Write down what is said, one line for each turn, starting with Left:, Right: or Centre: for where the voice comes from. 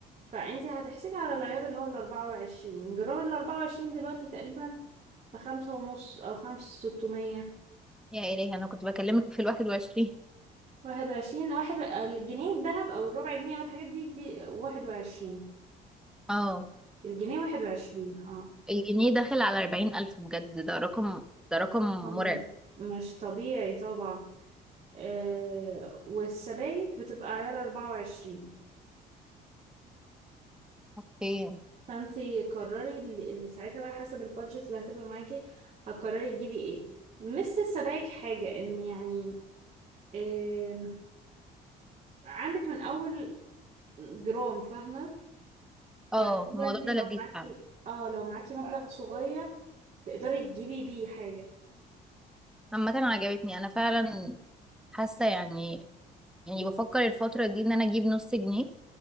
Right: فانت هتحسبي على العيار اللي هو ال 24 جرام ال 24 دلوقتي تقريبا بخمسة ونص او خمسة ستمية،
Centre: يا الهي انا كنت بكلمك في الواحد وعشرين
Right: واحد وعشرين واحد و- الجنيه الذهب او الربع جنيه او الحاجات دي دي واحد وعشرين
Centre: اه
Right: الجنيه واحد وعشرين اه
Centre: الجنيه داخل على أربعين ألف بجد ده رقم ده رقم
Right: رقم
Centre: مرعب
Right: مش طبيعي طبعا آه والسبائك بتبقى عيار اربعة وعشرين
Centre: اوكي
Right: فانتي قرري اللي اللي ساعتها بقى حسب البادجت اللي هتبقى معاكي هتقرري تجيبي ايه مس السبائك حاجة ان يعني آه عندك من اول جرام فاهمة
Centre: اه
Right: فانتي
Centre: الموضوع ده
Right: لو
Centre: لذيذ
Right: معاكي
Centre: فعلا
Right: اه لو معاكي مبلغ صغير تقدري تجيبي بيه حاجة
Centre: عامة عجبتني أنا فعلا حاسة يعني يعني بفكر الفترة دي ان انا اجيب نص جنيه